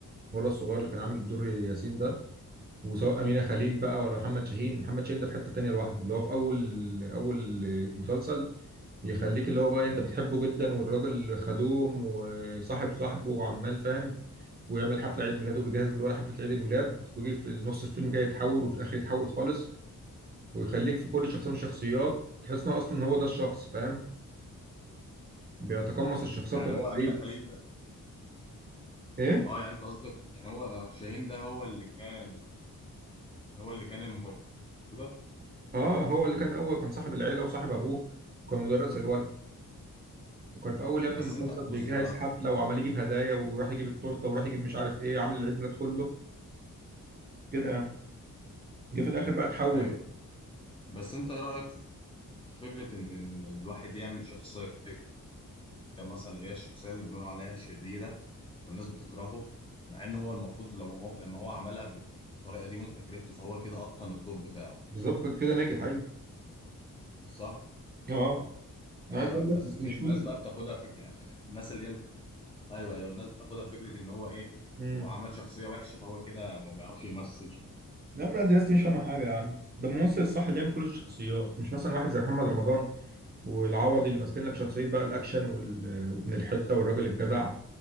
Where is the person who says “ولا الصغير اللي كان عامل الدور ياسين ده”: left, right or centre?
Right